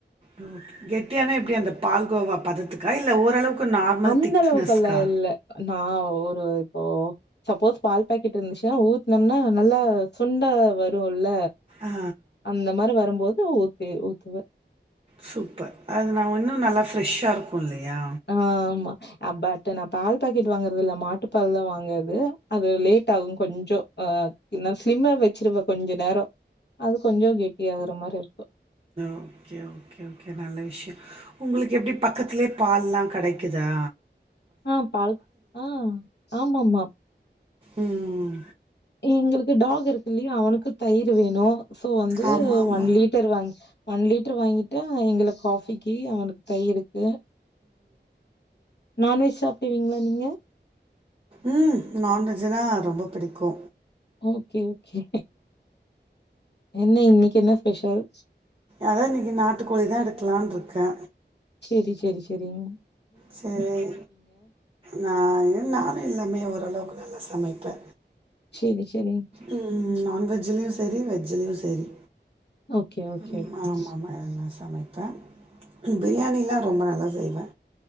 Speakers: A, on the right (about 30°); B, on the left (about 65°).
A: ஓ கெட்டியான எப்டி அந்த பால்க்கோவா பதத்துக்கா இல்ல ஓரளவுக்கு நார்மல்
B: அந்த
A: திக்னஸ்க்கா?
B: அளவுக்கெல்லா இல்ல நா ஒரு இப்போ சப்போஸ் பால் பாக்கெட் இருந்துச்சுன்னா ஊத்துனம்னா நல்லா சுண்ட வருல்ல
A: ஆ
B: அந்த மாரி வரும்போது ஊத்தி ஊத்துவே
A: சூப்பர் அது நா இன்னு நல்லா ஃப்ரெஷ்ஷா இருக்கு இல்லையா
B: ஆ ஆமா பட் நா பால் பாக்கெட் வாங்கறது இல்ல மாட்டுப்பால்தா வாங்கறது அது லேட் ஆகு கொஞ்சோ ஆ நா சிம்ல வச்சிருவே கொஞ்ச நேரோ அது கொஞ்சோ கெட்டி ஆகுற மாரி இருக்கு
A: ஓகே ஓகே ஓகே நல்ல விஷயோ உங்களுக்கு எப்டி பக்கத்திலே பால்லா கடைக்குதா
B: ஆ பால் ஆ ஆமாமா
A: ம்
B: எங்களுக்கு டாக் இருக்கு இல்லையா அவனுக்கு தயிர் வேணு சோ வந்து
A: ஆமாமா.
B: ஒன் லிட்டர் வாங்கி ஒன் லிட்டரு வாங்கிட்டா எங்களுக்கு காஃபிக்கு அவனுக்கு தயிருக்கு நான்வெஜ் சாப்டுவீங்களா நீங்க
A: ம் நான்வெஜ்னா ரொம்ப பிடிக்கு
B: ஓகே ஓகே, என்ன இன்னைக்கி என்ன ஸ்பெஷல்
A: அதா இன்னைக்கி நாட்டுக்கோழிதா எடுக்கலான்ருக்கே
B: சேரி சேரி சேரிங்
A: சேரி நா, ம், நானு எல்லாமே ஓரளவுக்கு நல்லா சமைப்பே
B: ச்செரி ஷெரி
A: உ நான்வெஜ்ஜுலியு செரி வெஜ்ஜுலியு செரி
B: ஓகே, ஓகே,
A: ம் ஆமமா
B: ஓகே.
A: எல்லா சமைப்பே கு பிரியாணிலா ரொம்ப நல்லா செய்வே